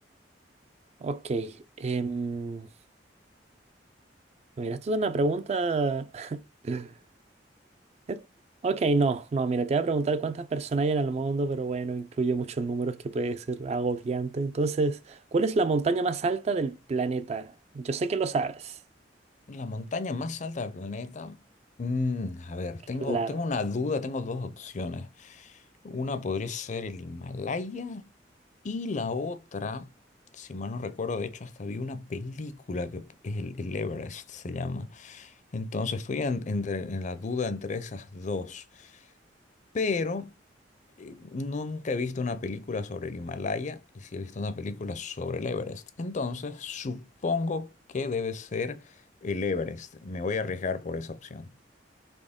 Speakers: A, on the right; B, on the left.
A: Ok. em, mira, esto es una pregunta. <laughs> Eh, Ok, no, no, mira, te voy a preguntar cuántas personas hay en el mundo, pero bueno, incluye muchos números que puede ser agobiante. Entonces, ¿cuál es la montaña más alta del planeta? Yo sé que lo sabes,
B: La montaña más alta del planeta. Mm, a ver, tengo,
A: claro.
B: tengo una duda, tengo dos opciones. Una podría ser el Himalaya y la otra, si mal no recuerdo, de hecho hasta vi una película que es el, el Everest, se llama. Entonces estoy en, entre- en la duda entre esas dos, pero eh, nunca he visto una película sobre el Himalaya y sí he visto una película sobre el Everest. Entonces supongo que debe ser el Everest. Me voy a arriesgar por esa opción.